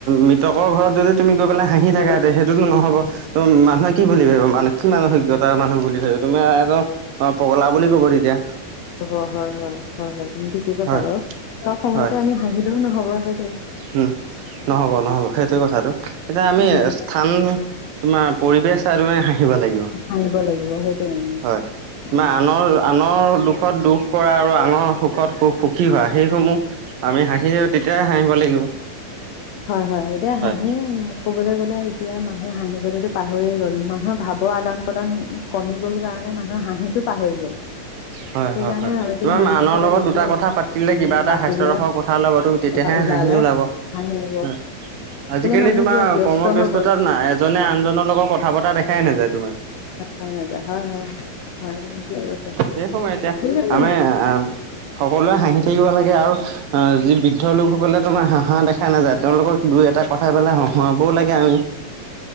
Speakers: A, on the right; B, on the left.
A: মৃতকৰ ঘৰত যদি তুমি গৈ পেলাই হাঁহি
B: নহ'ব
A: থাকা ত সেইটোতো নহব। ত মানুহে কি বুলি ভাবিব মানে কি মানুহ অজ্ঞতা মানুহ বুলি ভাবি তুমি এজন অ পগলা বুলি ক'ব তেতিয়া।
B: ক'ব হয় হয়। হয় হয়, তুমি ঠিকে কৈছা
A: হয়
B: বাৰু। চব সময়তে
A: হয়
B: আমি হাঁহিলেও নহব সেইটোয়েই।
A: উম নহ'ব নহ'ব, সেইটোয়ে কথাটো এতিয়া আমি
B: উম,
A: স্থান তোমাৰ পৰিবেশ চাই তুমি হাঁহিব লাগিব।
B: হা‍ঁহিব লাগিব সেইটোৱে উম
A: হয়। তোমাৰ
B: হয়।
A: আনৰ আনৰ দুখত দুখ কৰা আৰু আনৰ সু খত সুখ সুখী হোৱা সেইসমূহ, আমি হাঁহি তেতিয়াই হাঁহিব লাগিব।
B: হয় হয়, এতিয়া
A: হয়
B: হাঁহিয়ে ক'বলৈ গ'লে এতিয়া মানুহে হাঁহিবলেটো পাহৰিয়ে গ'ল, মানুহৰ ভাৱৰ আদান প্ৰদান কমি গ'ল কাৰণে মানুহৰ হাঁহিটো পাহৰি গ'ল।
A: হয়
B: সেইকাৰণে
A: হয় হয়,
B: হয়তো
A: তোমাৰ মানুহৰ
B: চাগে
A: লগত
B: যেতিয়া
A: দুটা কথা পাতিলে
B: উম
A: কিবা এটা
B: পাতিলে
A: হাস্যৰসৰ কথা ওলাব তুমি তেতিয়াহে
B: কথা ওলালে
A: হাঁহি ওলাব। উম
B: হাঁহিব
A: আজিকালি
B: মানুহ
A: তোমাৰ
B: পুৰা ব্যস্ত
A: কৰ্মব্যস্ততাত
B: হৈ গ'ল
A: এজনে আনজনৰ লগত কথা পতা দে খাই নাযায় তোমাৰ।
B: দেখাই নাযায়, হয় হয় হয় তুমি ঠিক কৈছা।
A: সেই সময় এতিয়া
B: ঠিক আছে
A: আমি আহ সকলোৱে হাঁহি থাকিব লাগে, আৰু অ যি বৃদ্ধ লোকসকলে তোমাৰ হাঁহা দেখা নাযায় তেওঁলোকক দুই এটা কথা কৈ পেলাই হহুৱাবও লাগে আমি।